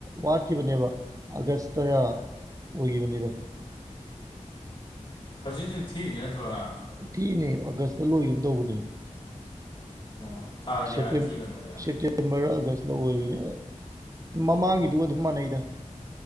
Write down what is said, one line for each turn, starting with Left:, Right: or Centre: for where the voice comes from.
Right: ꯀꯛꯈꯤꯕꯅꯦꯕ ꯑꯥꯒꯁ ꯇꯔꯥ ꯑꯣꯏꯈꯤꯕꯅꯤꯗ
Left: ꯍꯧꯖꯤꯛ ꯍꯧꯖꯤꯛ ꯊꯤꯔꯤ ꯅꯠꯇ꯭ꯔꯣꯅ
Right: ꯊꯤꯅꯦ ꯑꯒꯁꯇ ꯂꯣꯏꯒ ꯑꯃ ꯇꯧꯕꯅꯦ
Left: ꯑꯣ ꯊꯥ ꯀꯌꯥ
Right: ꯦꯇ
Left: ꯊꯤꯕ ꯅꯪꯒꯤ
Right: ꯁꯦꯞꯇꯦꯝꯕꯔ ꯑꯥꯒꯁ ꯂ ꯑꯣꯏꯕꯅꯤ ꯃꯃꯥꯡꯒꯤꯗꯨꯒ ꯑꯗꯨꯝ ꯃꯥꯟꯅꯩꯗ